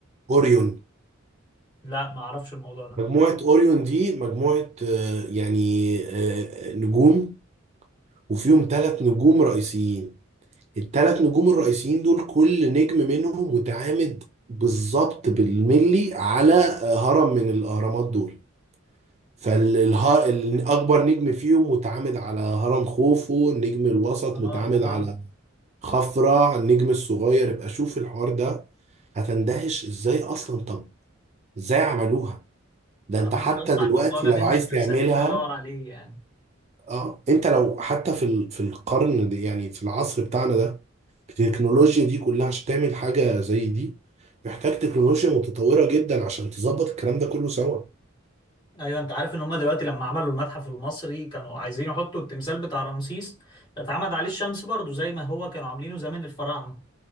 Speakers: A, on the right; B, on the left.
A: أوريون
B: لا ما اعرفش الموضوع ده
A: مجموعة أوريون دي مجموعة آه، يعني آه، آه، نجوم وفيهم تلات نجوم رئيسيين التلات نجوم الرئيسيين دول كل نجم منهم متعامد بالظبط بالملي على آه، هرم من الأهرامات دول فالأكبر نجم فيهم متعامد على هرم خوفو النجم الوسط
B: اه
A: متعامد
B: واو
A: على خفرع النجم الصغير ابقى شوف الحوار ده هتندهش ازاي اصلا طب ازاي عملوها ده
B: انا
A: انت
B: اول
A: حتى
B: مرة اسمع
A: دلوقتي
B: الموضوع ده
A: لو
B: منك
A: عايز تعملها
B: بس اكيد ادور عليه يعني
A: اه انت لو حتى في ال... في القرن ده يعني في العصر بتاعنا ده التكنولوجيا دي كلها عشان تعمل حاجة زي دي محتاج تكنولوجيا متطورة جدا عشان تظبط الكلام ده كله سوا
B: ايوه انت عارف ان هم دلوقتي لما عملوا المتحف المصري كانوا عايزين يحطوا التمثال بتاع رمسيس اتعمد عليه الشمس برضو زي ما هو كانوا عاملينه زمان الفراعنه